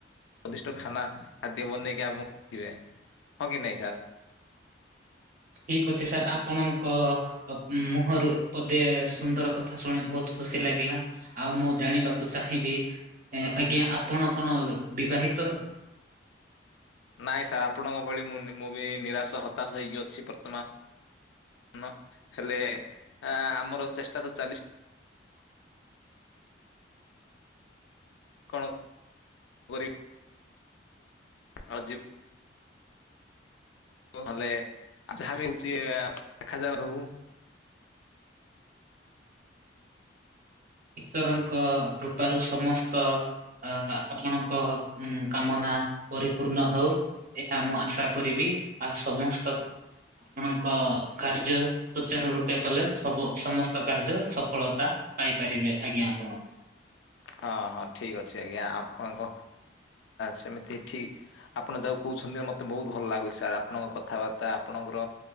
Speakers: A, on the left; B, on the right.
A: ସ୍ୱାଦିଷ୍ଟ ଖାନା ଖାଦ୍ୟ ବନେଇକି ଆମକୁ ଦେବେ, ହଁ କି ନାହିଁ ସାର୍?
B: ଠିକ୍ ଅଛି ସାର୍ ଆପଣଙ୍କ ମୁହଁରୁ ପଦେ ସୁନ୍ଦର କଥା ଶୁଣି ବହୁତ ଖୁସି ଲାଗିଲା। ଆଉ ମୁଁ ଜାଣିବାକୁ ଚାହିଁବି ଆଜ୍ଞା, ଆପଣ କଣ ବିବାହିତ?
A: ନାଇଁ ସାର୍ ଆପଣଙ୍କ ଭଳି ମୁଁ ମୁଁ ବି ନିରାଶ, ହତାଶ ହେଇକି ଅଛି ବର୍ତ୍ତମାନ। ନ, ହେଲେ ଏଁ ଆମର ଚେଷ୍ଟା ତ ଚାଲିଛି। କଣ ଗରିବ? ଆଜି ହେଲେ ଆ ଯାହା ବି ହଉଛି ଦେଖାଯା ହବୁ <inaudible>
B: ଈଶ୍ୱରଙ୍କ କୃପାରୁ ସମସ୍ତ ଅ ଆପଣଙ୍କ କାମନା ପରିପୂର୍ଣ ହଉ। ଏହା ମୁଁ ଆଶା କରିବି ଆଉ ସମସ୍ତ ଆପଣଙ୍କ କାର୍ଯ୍ୟ ସୁଚାର ରୂପେ କଲେ ସବୁ ସମସ୍ତ ତ କାର୍ଯ୍ୟ ସଫଳତା ପାଇପାରିବେ ଆଜ୍ଞା ଆପଣ
A: ହଁ ହଁ ଠିକ ଅଛି ଆଜ୍ଞା, ଆପଣଙ୍କ ସେମିତି ଏଠି ଆପଣ ଯାହା କହୁଛନ୍ତି ମତେ ବହୁତ ଭଲ ଲାଗୁଛି ସାର୍, ଆପଣଙ୍କ କଥାବାର୍ତ୍ତା ଆପଣଙ୍କର